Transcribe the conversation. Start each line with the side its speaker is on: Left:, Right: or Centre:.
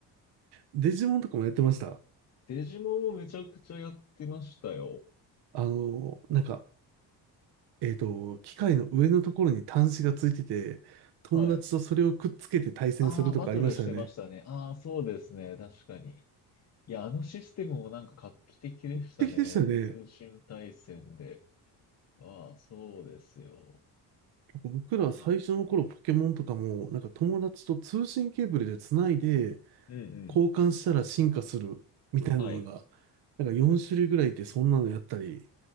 Right: デジモンとかもやってました。
Left: デジモンもめちゃくちゃやってましたよ。
Right: あの、なんか、えっと、機械の上のところに端子がついてて、友達とそれをくっつけて対戦するとかありましたよね。
Left: はい。あー、バトルしてましたね。あー、そうですね。確かに。いや、あのシステムもなんか画期的でしたね。
Right: 素敵でしたよね。
Left: 通信対戦で。ああ、そうですよ。
Right: 僕ら最初の頃ポケモンとかも、
Left: まあ、や
Right: なんか友達と通信ケーブルでつないで、
Left: うんうん。
Right: 交換したら進化するみたいなのが、
Left: はい。
Right: なんか4種類ぐらいいてそんなのやったり、